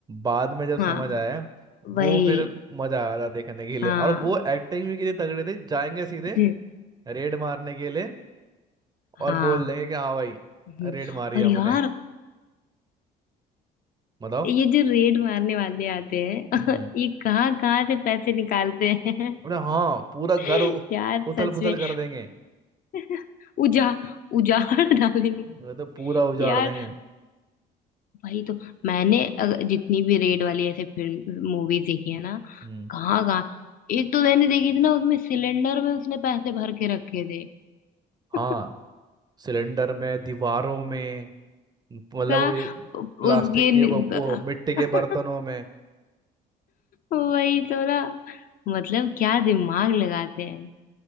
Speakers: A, on the right; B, on the left.
A: बाद में जब समझ
B: हाँ
A: आया वो
B: वही
A: फिर मजा आ रहा देखने के लिए
B: हाँ
A: और वो एक्टिंग भी कितने तगड़े थे जाएंगे सीधे
B: <laughs>
A: रेड मारने के लिए और
B: हाँ
A: बोल देंगे कि हाँ भाई
B: हम्म।
A: रेड मारी
B: और
A: हमने
B: यार
A: बताओ
B: ये जो रेड मारने वाले आते हैं
A: हम्म
B: <laughs> ये कहाँ कहाँ से पैसे निकालते हैं
A: बोले हाँ पूरा
B: <laughs>
A: घर उ-
B: यार
A: उथल
B: सच
A: पुथल
B: में
A: कर देंगे
B: <laughs> उजा उजाड़ डालेंगे
A: बोले तो पूरा उजाड़
B: यार
A: देंगे
B: वही तो मैंने अग- जितनी भी रेड वाली ऐसे फिल्म मूवीज देखी है ना
A: हम्म
B: कहाँ कहाँ एक तो मैंने देखी थी ना उसमें सिलेंडर में उसने पैसे भर के रखे थे <laughs>
A: हाँ सिलेंडर में दीवारों में मतलब
B: कहा
A: वो ये प्लास्टिक
B: उसके
A: के
B: नि-
A: वो वो मिट्टी के
B: <laughs>
A: बर्तनों में
B: वही तो ना मतलब क्या दिमाग लगाते हैं